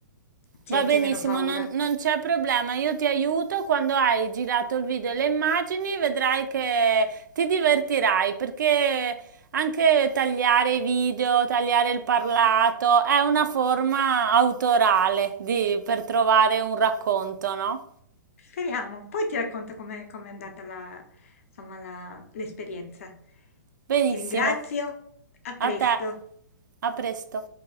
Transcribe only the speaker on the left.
c'è
c'è meno paura.
Speriamo. Poi ti racconto com'è com'è andata la, insomma, la- l'esperienza.
Ti ringrazio, a presto.